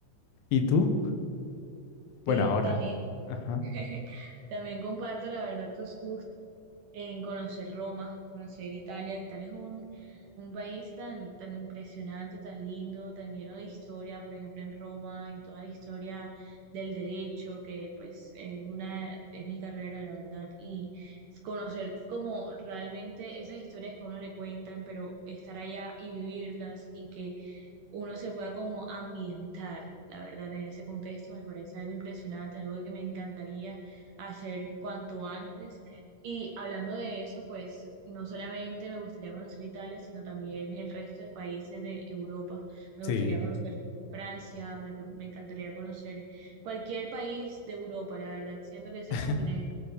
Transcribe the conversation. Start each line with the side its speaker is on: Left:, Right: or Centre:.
Left: ¿Y tú? Bueno,
Right: Sí,
Left: ahora.
Right: también. <laughs>
Left: Ajá.
Right: También comparto, la verdad, tus gustos en conocer Roma, conocer Italia. Italia es un, un país tan, tan impresionante, tan lindo, tan lleno de historia, por ejemplo, en Roma, en toda la historia del derecho, que pues es una, es mi carrera, la verdad, y conocer como realmente esas historias que a uno le cuentan, pero estar allá y vivirlas y que uno se pueda como ambientar, la verdad, en ese contexto me parece algo impresionante, algo que me encantaría hacer cuanto antes. Y hablando de eso, pues no solamente me gustaría conocer Italia, sino también el resto de países de Europa. Me
Left: Sí.
Right: gustaría conocer Francia, me, me encantaría conocer cualquier país de Europa, la verdad, siento que ese
Left: <laughs>
Right: continente